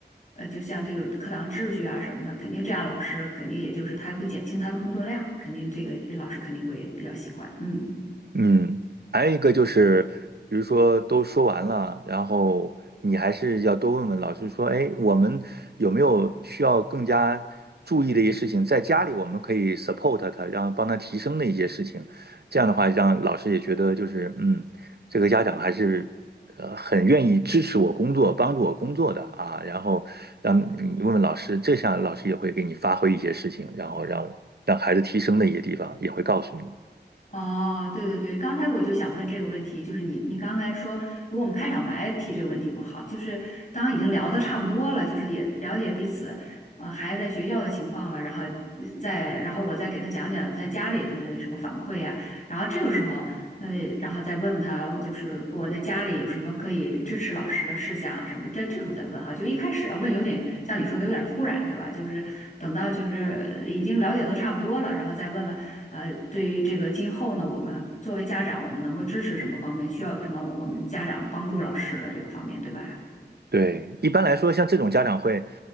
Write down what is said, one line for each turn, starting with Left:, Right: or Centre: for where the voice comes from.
Left: 呃，就像这个课堂秩序啊什么的，肯定这样老师肯定也就是他会减轻他的工作量，肯定这个老师肯定会比较喜欢，嗯。
Right: 嗯，还有一个就是，比如说都说完了，然后你还是要多问问老师说，哎，我们有没有需要更加注意的一些事情，在家里我们可以 support 他，让帮他提升的一些事情，这样的话让老师也觉得就是，嗯，这个家长还是呃很愿意支持我工作，帮助我工作的啊，然后让你问问老师，这下老师也会给你发挥一些事情，然后让让孩子提升的一些地方也会告诉你。
Left: 哦，对对对，刚才我就想问这个问题，就是你你刚才说，如果我们开场白提这个问题不好，就是当已经聊的差不多了，就是也了解彼此，呃，孩子在学校的情况了，然后呃再然后我再给他讲讲在家里是什么反馈啊，然后这个时候，呃，然后再问问他，就是我在家里有什么可以支持老师的事项啊什么的，在这时候再问哈，就一开始要问有点像你说的有点突然是吧？就是等到就是呃已经了解都差不多了，然后再问问。呃，对于这个今后呢，我们作为家长，我们能够支持什么方面，需要有什么我们家长帮助老师的这个方面，对吧？
Right: 对，一般来说，像这种家长会，